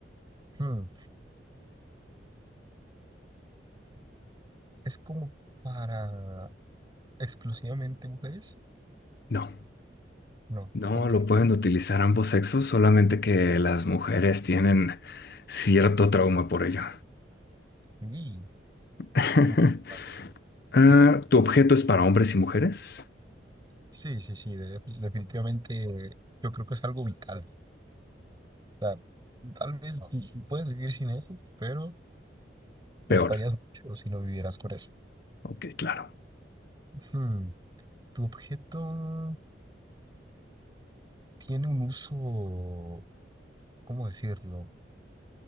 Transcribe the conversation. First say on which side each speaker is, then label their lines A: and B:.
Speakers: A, on the right; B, on the left.
A: hmm, ¿Es como para exclusivamente mujeres?
B: No.
A: No,
B: No
A: ok.
B: lo pueden utilizar ambos sexos, solamente que las mujeres tienen cierto trauma por ello.
A: Y,
B: <laughs>
A: uh, a ver, a ver.
B: Ah,
A: <laughs>
B: ¿tu objeto es para hombres y mujeres?
A: Sí, sí, sí, de- definitivamente eh, yo creo que es algo vital. O sea, tal vez puedes vivir sin eso, pero gastarías
B: Peor.
A: mucho si no vivieras con eso.
B: Ok, claro.
A: Hmm, ¿Tu objeto tiene un uso? ¿cómo decirlo?